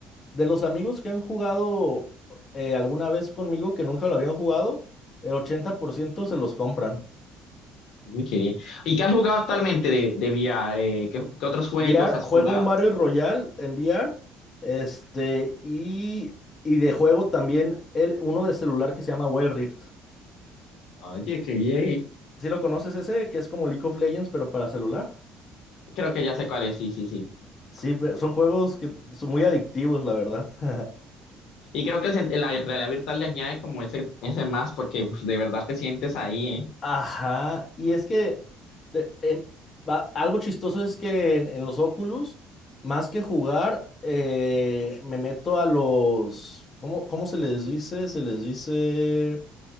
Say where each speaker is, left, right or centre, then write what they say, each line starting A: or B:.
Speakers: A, on the left; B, on the left.
A: De los amigos que han jugado eh, alguna vez conmigo que nunca lo habían jugado, el 80% se los compran.
B: Uy, qué bien. ¿Y qué has jugado actualmente de, de VR? Eh, ¿qué, qué otros juegos
A: VR,
B: has
A: juego
B: jugado?
A: un Battle Royale en VR, este, y, y de juego también el, uno de celular que se llama Wild Rift.
B: Oye, qué bien.
A: ¿Sí lo conoces ese? Que es como League of Legends, pero para celular.
B: Creo que ya sé cuál es, sí, sí, sí.
A: Sí, pe- son juegos que son muy adictivos, la verdad. <laughs>
B: Y creo que el sen- la realidad virtual le añade como ese, ese más porque uf, de verdad te sientes ahí, ¿eh?
A: Ajá, y es que te- em, va- algo chistoso es que en, en los Oculus, más que jugar, eh, me meto a los, ¿cómo, cómo se les dice? Se les dice,